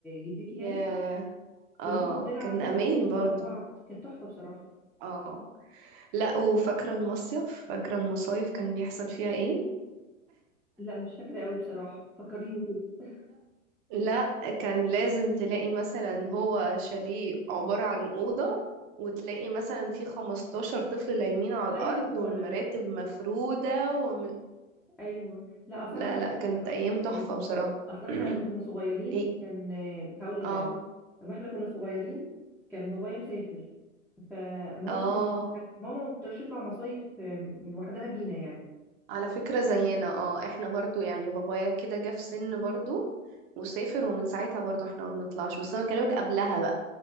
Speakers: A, in the centre; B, on the right.
A: جدتي
B: ياه
A: يعني كنا
B: اه
A: بنلعب
B: كان
A: لعب
B: امان
A: ونجري
B: برضو
A: ورا بعض كانت تحفه بصراحه
B: اه لا وفاكره المصيف فاكره المصايف كان بيحصل فيها ايه
A: لا مش فاكره قوي بصراحه فكريني كده
B: لا كان لازم تلاقي مثلا هو شاليه عبارة عن أوضة وتلاقي مثلا في 15 طفل لايمين على
A: ايوه
B: الأرض والمراتب مفرودة وم...
A: ايوه لا اصل
B: لا
A: انا هشرح
B: لا كانت
A: لك اصل
B: أيام تحفة
A: يعني
B: بصراحة
A: اصل احنا
B: <clears throat>
A: لما كنا صغيرين
B: إيه
A: كان هقول لك
B: اه
A: انا لما احنا كنا صغيرين كان بابايا مسافر فما
B: اه
A: هو كان كانت ماما ما بتقدرش تطلع مصايف آم، لوحدها بينا يعني
B: على فكرة زينا اه احنا برضو يعني بابايا كده جه في سن برضو وسافر ومن ساعتها برضو احنا ما بنطلعش بس أنا بكلمك قبلها بقى